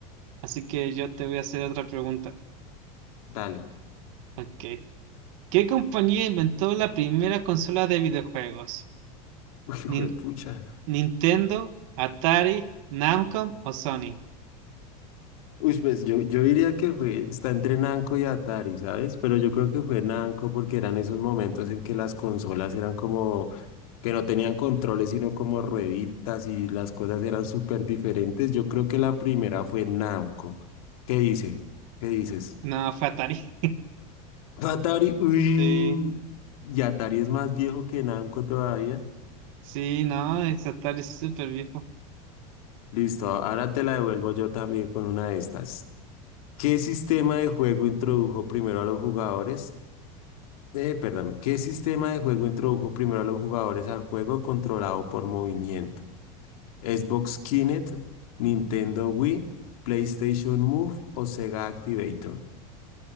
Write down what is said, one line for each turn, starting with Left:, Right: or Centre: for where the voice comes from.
Right: Así que yo te voy a hacer otra pregunta.
Left: dale.
Right: Ok. ¿Qué compañía inventó la primera consola de videojuegos?
Left: Uy, hijo
Right: Nin-
Left: de pucha.
Right: ¿Nintendo, Atari, Namco o Sony?
Left: Uy, pues yo, yo diría que fue, está entre Namco y Atari, ¿sabes? Pero yo creo que fue Namco porque eran esos momentos en que las consolas eran como que no tenían controles, sino como rueditas y las cosas eran súper diferentes. Yo creo que la primera fue Namco. ¿Qué dicen? ¿Qué dices?
Right: No, fue Atari. <laughs>
Left: Atari, uy,
Right: Sí,
Left: y Atari es más viejo que Namco todavía.
Right: sí, no, es Atari es súper viejo.
Left: Listo, ahora te la devuelvo yo también con una de estas. ¿Qué sistema de juego introdujo primero a los jugadores? Eh, perdón, ¿qué sistema de juego introdujo primero a los jugadores al juego controlado por movimiento? ¿Xbox Kinect, Nintendo Wii, PlayStation Move o Sega Activator?